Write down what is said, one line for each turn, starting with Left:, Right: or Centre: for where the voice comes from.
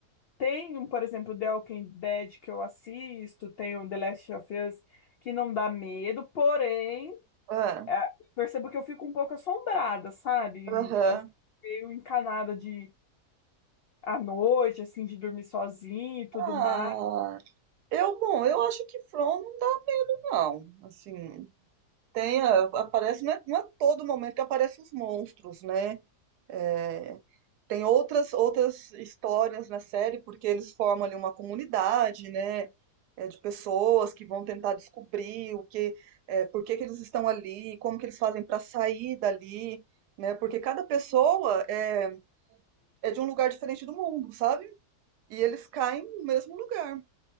Left: Tem, um, por exemplo, The Walking Dead que eu assisto, tem o The Last of Us que não dá medo, porém,
Right: É,
Left: é, percebo que eu fico um pouco assombrada, sabe?
Right: aham.
Left: Assim, Meio encanada de à noite, assim, de dormir sozinha e tudo
Right: Ah,
Left: mais.
Right: eu, bom, eu acho que From não dá, não. Assim, tem, a- aparece, não é, não é todo momento que aparecem os monstros, né? É, tem outras, outras histórias na série, porque eles formam ali uma comunidade, né? É, de pessoas que vão tentar descobrir o que, é, por que que eles estão ali, como que eles fazem para sair dali, né? Porque cada pessoa é, é de um lugar diferente do mundo, sabe? E eles caem no mesmo lugar,